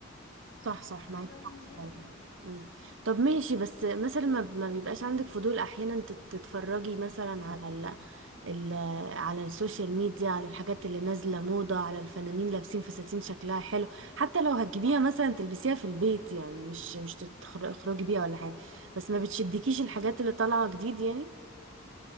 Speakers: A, on the right (about 65°); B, on the left (about 70°).
A: صح صح معاك
B: ده بالنسبه
A: حق
B: لي
A: فعلا.
B: يعني
A: مم. طب ماشي بس مثلا ما ما بيبقاش عندك فضول احيانا تت- تتفرجي مثلا على ال... ال... على السوشيال ميديا على الحاجات اللي نازلة موضة على الفنانين لابسين فساتين شكلها حلو حتى لو هتجيبيها مثلا تلبسيها في البيت يعني مش مش تتخر- تخرجي بيها ولا حاجة بس ما بتشدكيش الحاجات اللي طالعة جديد يعني